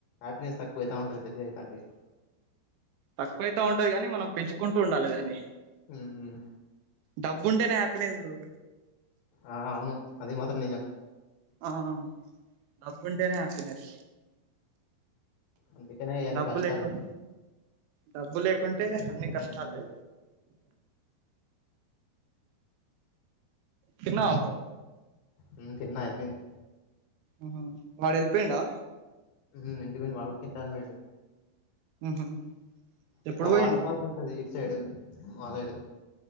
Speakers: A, on the left; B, on the right.
A: హ్యాపీనెస్ తక్కువైతవున్టది పెద్దగాయితంటె
B: తక్కువైతాన్టది గని మనం పెంచుకుంటూ ఉండాలే దాన్ని
A: మ్మ్
B: డబ్బున్టేనే హ్యాపీనెస్ బ్రో
A: ఆ అవును అది మాత్రం నిజం
B: ఆ ఆ డబ్బున్టేనే హ్యాపీనెస్
A: అందుకనే ఇయన్ని
B: డబ్బు
A: కష్టాలు
B: లేకున్, డబ్బు లేకుంటే అన్ని కష్టాలే.
A: మ్మ్
B: తిన్నవ బ్రో
A: ఉమ్ తిన్న అయిపేన్ది
B: ఉహ వాడేల్పేన్డా
A: ఉ హు ఇంటికి పోయిండు వాడు కూడా తిన్టా అని పోయిండు
B: ఉహు
A: ఇక్కడ
B: ఎప్పుడు పోయిండు
A: వాటర్ ఫాల్స్ ఉంటది ఇటు సైడు మా సైడు